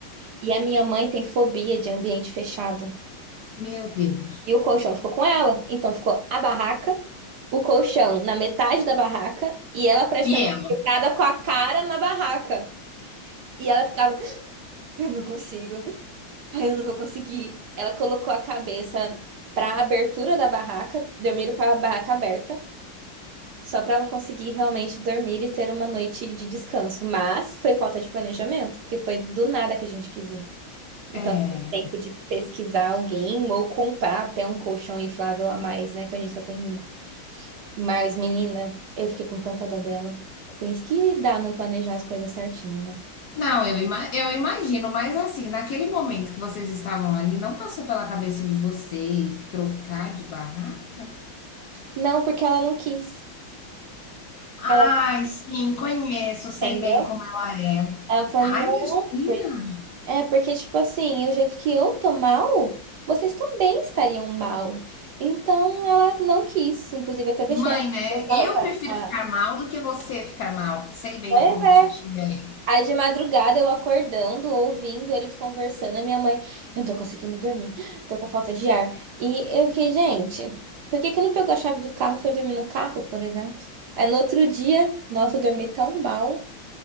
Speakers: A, on the right; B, on the left.
A: E a minha mãe tem fobia de ambiente fechado.
B: Meu Deus.
A: E o colchão ficou com ela. Então ficou a barraca, o colchão na metade da barraca e ela praticamente
B: E ela?
A: deitada com a cara na barraca. E ela ficava, eu não consigo, ai, eu não vou conseguir. Ela colocou a cabeça para a abertura da barraca, dormiram com a barraca aberta, só para ela conseguir realmente dormir e ter uma noite de descanso. Mas foi falta de planejamento, porque foi do nada que a gente quis ir. Então,
B: É.
A: não teve tempo de pesquisar alguém ou comprar até um colchão inflável a mais, né? Que a gente só tem um. Mas, menina, eu fiquei com tanta dó dela. Assim, isso que dá não planejar as coisas certinho, né?
B: Não, eu, ima- eu imagino, mas assim, naquele momento que vocês estavam ali, não passou pela cabeça de vocês trocar de barraca?
A: Não, porque ela não quis.
B: Ai,
A: Ela,
B: sim, conheço, sei
A: entendeu?
B: bem como ela é.
A: Aí eu falei,
B: Ai,
A: não.
B: imagina.
A: por- É, porque, tipo assim, o jeito que eu tô mal, vocês também estariam mal. Então, ela não quis. Inclusive, até deixei
B: Mãe,
A: ela.
B: né? Eu prefiro
A: Ah,
B: ficar mal do que você ficar mal. Sei bem
A: Pois
B: como
A: é.
B: titia é.
A: Aí, de madrugada, eu acordando, ouvindo eles conversando, a minha mãe, eu não tô conseguindo dormir, tô com falta de ar. E eu fiquei, gente, por que que não pegou a chave do carro e foi dormir no carro, por exemplo? Aí, no outro dia, nossa, eu dormi tão mal.